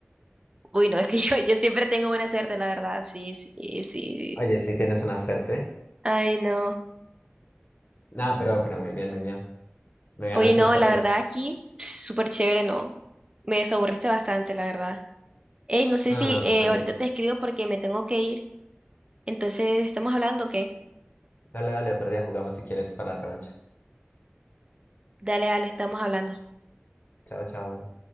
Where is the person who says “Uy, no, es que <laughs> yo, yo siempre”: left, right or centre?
Right